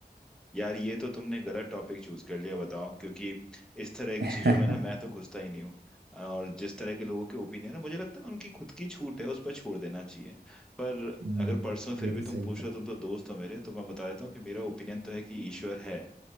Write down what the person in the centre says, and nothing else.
यार ये तो तुमने गलत टॉपिक चूज कर लिया बताओ क्योंकि इस तरह की
चीजों में ना मैं तो घुसता ही नहीं हूँ और जिस तरह के लोगों के ओपिनियन है मुझे लगता है उनकी खुद की छूट है उस पर छोड़ देना चाहिए पर
अगर पर्सनल फिर
भी
तुम पूछ
रहे हो तुम तो दोस्त हो मेरे तो मैं बता देता हूँ कि मेरा ओपिनियन तो है कि ईश्वर है